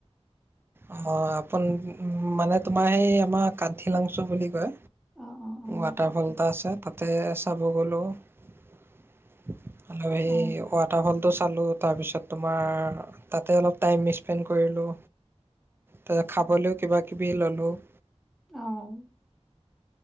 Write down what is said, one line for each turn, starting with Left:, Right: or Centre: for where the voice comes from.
Right: অ', আপোন মানে তোমাৰ সেই আমাৰ কানথি লাংচু বুলি কয়
Centre: অ', অ', অ',
Right: ৱাটাৰফল এটা আছে তাতে চাব গ'লো আৰু সেই
Centre: অ',
Right: ৱাটাৰফলটো চালোঁ, তাৰপিছত তোমাৰ, তাতে অলপ টাইম স্পেণ্ড কৰিলোঁ তাৰত খাবলৈ কিবা কিবি ললোঁ-
Centre: অ'